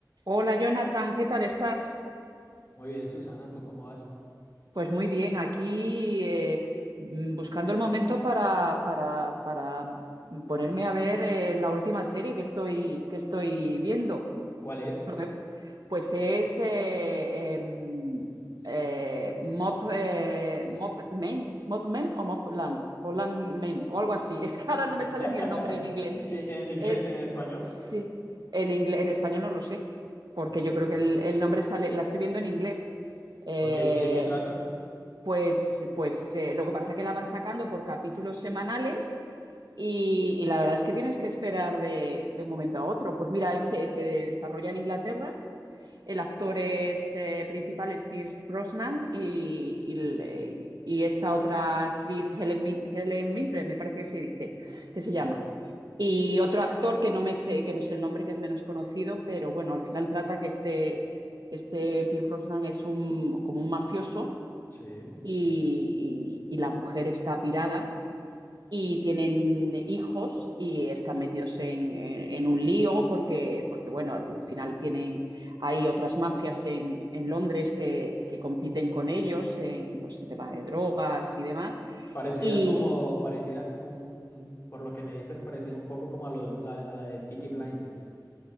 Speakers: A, on the right; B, on the left.
A: Hola Jonathan, ¿qué tal estás?
B: Muy bien, Susana, ¿tú cómo vas?
A: Pues muy bien, aquí eh, mm, buscando el momento para, para- para ponerme a ver eh, la última serie que estoy, que estoy viendo.
B: ¿Cuál es?
A: Lo que, pues es eh, eh, eh, Mop, eh, Mop Men, Mop Men o Mop Land, o Land Men, o algo así. <laughs> Es que ahora no me
B: <laughs>
A: sale ni el nombre en inglés.
B: ¿Y ¿En inglés
A: Es,
B: y en español?
A: sí, en, inglés, en español no lo sé, porque
B: Ok,
A: yo creo que el, el nombre sale, la estoy viendo en inglés. Eh,
B: ok, ¿y de qué trata?
A: pues pues eh, lo que pasa es que la van sacando por capítulos semanales. Y, y la verdad es que tienes que esperar de, de un momento a otro. Pues mira, ese se desarrolla en Inglaterra el actor es, eh, principal es Pierce Brosnan y, y-
B: Sí,
A: y esta otra actriz, Helen, Mi- Helen Mildred, me parece que se dice, que se
B: sí,
A: llama. Y otro actor que no me sé, que no sé el nombre, que es menos conocido, pero bueno, al final trata que este, este Pierce Brosnan es un, como un mafioso
B: sí.
A: y, y- y la mujer está pirada y tienen hijos y están metidos en, en- en un lío porque, porque, bueno, al final tienen, hay otras mafias en, en Londres que, que compiten con ellos en, pues, en tema de drogas y demás.
B: Parecida
A: Y,
B: como, parecida como un, un- por lo que me dices, parecida un poco como a, lo- la, a la de Peaky Blinders.